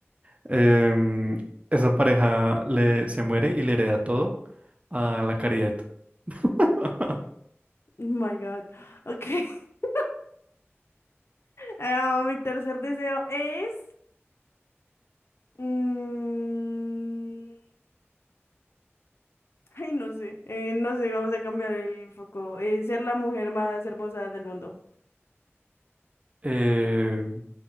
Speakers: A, on the right; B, on the left.
A: Em, esa pareja le, se muere y le hereda todo a la caridad. <laughs>
B: Oh my God. Ok. <laughs> Ah, mi tercer deseo es... mm, Ay, no sé. Eh, no sé, vamos a cambiar el foco. Eh, ser la mujer más hermosa del mundo.
A: Em,